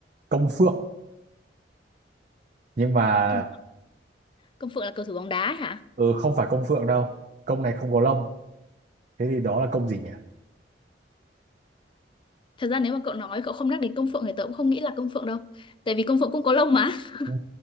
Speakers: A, on the right; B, on the left.
A: công phượng nhưng mà
B: công, công phượng là cầu thủ bóng đá ấy hả
A: ừ, không phải công phượng đâu công này không có lông thế thì đó là công gì nhỉ
B: thật ra nếu mà cậu nói cậu không nhắc đến công phượng thì tớ cũng không nghĩ là công phượng đâu tại vì công phượng cũng có lông mà <laughs>
A: Ừ.